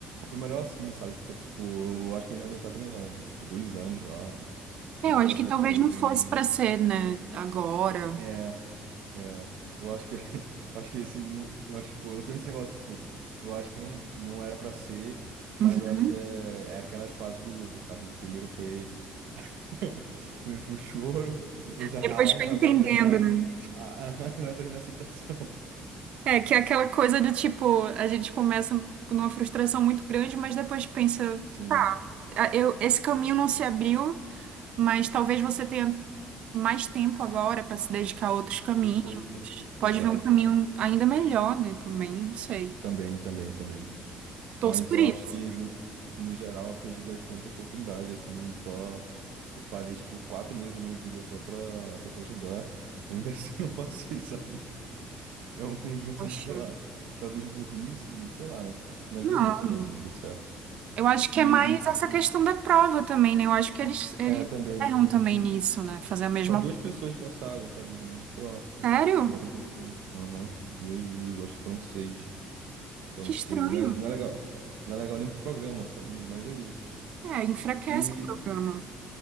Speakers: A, on the right (about 75°); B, on the right (about 45°).
A: foi melhor assim, sabe? Porque, tipo, eu acho que eu não ia aguentar também não. Tipo, dois anos lá.
B: É,
A: Eu já
B: Eu acho
A: tô aqui
B: que talvez
A: fazem
B: não fosse para ser, né, agora.
A: É, é, eu acho que, <laughs> eu acho que esse, nu- eu acho, tipo, eu tô nesse negócio, tipo, eu acho que não, não era pra ser, mas
B: Uhum.
A: eu acho que é, é aquelas fases do luto, sabe? Primeiro foi, <laughs> primeiro foi o choro, depois a
B: Depois
A: raiva,
B: foi entendendo,
A: agora tá vindo a,
B: né?
A: a- a- <laughs> agora tá vindo a aceitação.
B: É, que é aquela coisa do tipo, a gente começa numa frustração muito grande, mas depois pensa,
A: Sim,
B: "Ah, eu, esse caminho não se abriu, mas talvez você tenha mais tempo agora para se dedicar a outros caminhos.
A: perfeito,
B: Pode
A: exato.
B: vir um caminho ainda melhor, né? Também, não sei.
A: Também, também, também.
B: Torço
A: Mas
B: por
A: eu
B: isso.
A: acho que, no, no geral, eu perdi bastante oportunidade, assim, só... Eu parei, tipo, quatro meses da minha vida só pra, só pra estudar, e ainda <laughs> assim não passei, sabe? É um conjunto
B: Poxa.
A: de, sei lá, talvez burrice, sei lá, mas
B: Não,
A: é isso, cara, não deu certo.
B: eu acho que
A: E,
B: é mais essa
A: e
B: questão da prova também, né? Eu acho que eles, eles
A: é, também,
B: erram também nisso, né? Fazer a mesma.
A: só duas pessoas passaram, sabe? Então, sei lá,
B: Sério?
A: dá pra pensar nisso. Aham, duas, de- eu acho que foram seis. Então,
B: Que
A: tipo,
B: estranho.
A: não é, não é legal, não é legal nem pro programa, sabe? Mas é isso.
B: É, enfraquece
A: E
B: o programa.